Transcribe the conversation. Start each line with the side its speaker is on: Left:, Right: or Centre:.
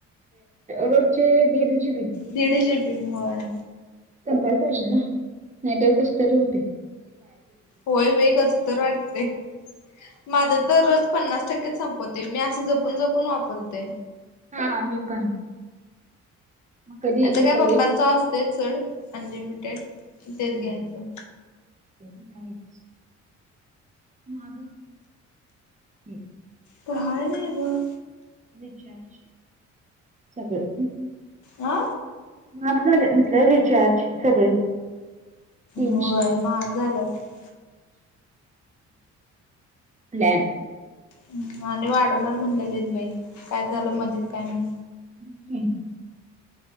Right: रोजचेे दीड जी बी.
Left: दिड जी बी होय.
Right: संपायला पाहिजे ना नाही तर कसतरी होतय.
Left: होय बाई कस तर वाटतयं माझं तर रोज पन्नास टक्के संप- मग ते मी असं जपून जपून वापरते.
Right: हा मी पण. मग कधी
Left: आता
Right: दुपारी
Left: काय पप्पांच असतयच सोड अनलिमिटेड तेच
Right: हम्म
Left: घ्यायचं.
Right: ते नाही. <unintelligible> माहाग. <unintelligible>
Left: काहाय नाही बग.
Right: रिचार्ज सगळे. <unintelligible>
Left: आ?
Right: माहाग झालय म्हटलं रिचार्ज. सगळी तीनशे.
Left: होय महाग झाल्यात
Right: प्लॅन.
Left: हम् आणि वाढवणार म्हणलेले बाई काय झालं मधीत काय नाही
Right: क <inaudible>